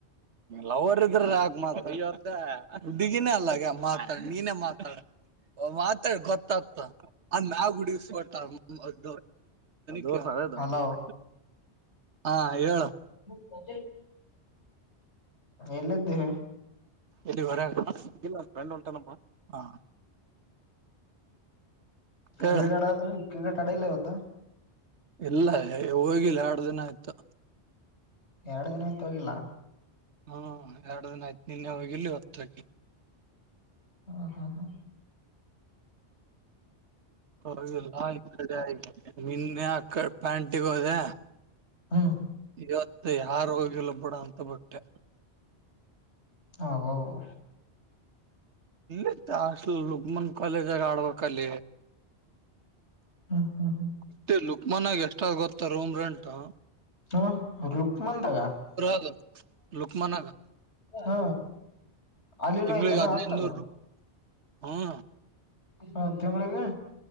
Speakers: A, on the right; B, on the left.
A: ಲವರ್ ಇದ್ರ ಯಾಕ ಮಾತ್ ಒ ವರ್ಷ ಹುಡ್ಡುಗಿನ ಅಲ್ಲಗ. ಮಾತಾಡ ನೀನೇ ಮಾತಾಡ. ಮಾತಾಡ್ ಗೊತ್ತಾಗ್ತದ ಅದ ನಾವ ಹುಡಗ ಫೋಟ ಅಲ್ ದೋ ಸಾರ ದ
B: ಹಲೋ
A: ಮತ್ತೆ <unintelligible> ಹಾ ಹೇಳ.
B: ಹ್ಮ <unintelligible> ಎಲ್ಲಿದ್ದಿ.
A: ಎಲ್ಲಿ ಹೊರಗ್ ಇಲ್ಲ ಫ್ರೆಂಡ್ ಹೊಂಟನ ಒಬ್ಬ ಹಾ
B: ಕ
A: ಹೇಳ
B: ಹೇಳಡದು ಕ್ರಿಕೆಟ್ ಆಡಿಲ್ಲ ಇವತ್ತ.
A: ಇಲ್ಲ ಹೋಗಿಲ್ಲ ಎರಡ ದಿನ ಆಯ್ತು.
B: ಎರಡ ದಿನ ಆಯತ್ ಹೋಗಿಲ್ಲ.
A: ಹ್ಮ ಎರಡ ದಿನ ಆಯ್ತ. ನಿನ್ನೆ ಹೋಗಿಲ್ಲ ಇವತ್ ಹೋಗಿನಿ.
B: ಹಾ ಹಾ ಹಾ
A: ಹೋಗಿಲ್ಲ ಇ ಕಡೆ ನಿನ್ನೆ ಇಕಡ ಪ್ಯಾಂಟಿಗೋದೆ.
B: ಹ್ಮ್
A: ಇವತ್ತ ಯಾರೋಗಿಲ್ಲ ಬಿಡಂತ. ತಬಿಟ್ಟೆ.
B: ಆಬಾಬಾ.
A: ಇತ ಆಷ್ಟಲ ಲುಕ್ಮಾನ. ಕಾಲೇಜಾಗ ಆಡ್ಬೇಕಲ್ಲಿ.
B: ಹ್ಮ ಹ್ಮ
A: ಮತ್ತೆ ಲುಕ್ ಮನಾಗ ಎಷ್ಟ್ ಅವ ಗೊತ್ತ ರೂಮ್ ರೆಂಟು.
B: ಹ ಲುಕ್ಮನದಗ
A: ಅದ ಲುಕ್ಮನ್ಗ
B: ಹ ಅಲ್ಲಿನೂ
A: ತಿಂಗಳಿಗೆ
B: ಐತೇನು
A: ಹದ್ನೈದನೂರು
B: ಹಾಸ್ಟೆಲ.
A: ಹ್ಮ
B: ಹ ತಿಂಗಳಿಗೆ.